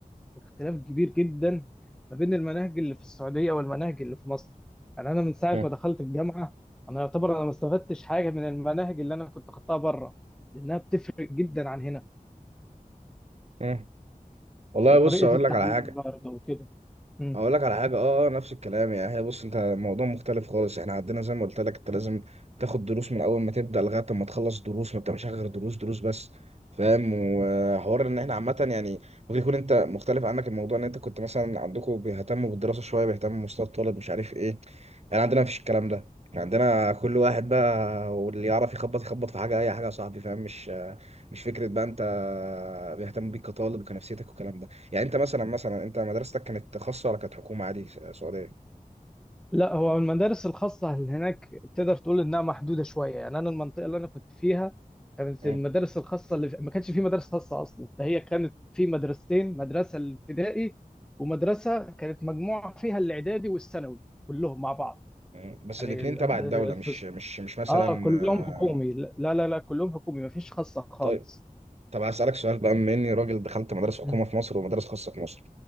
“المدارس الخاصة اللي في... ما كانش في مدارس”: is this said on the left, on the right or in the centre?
Centre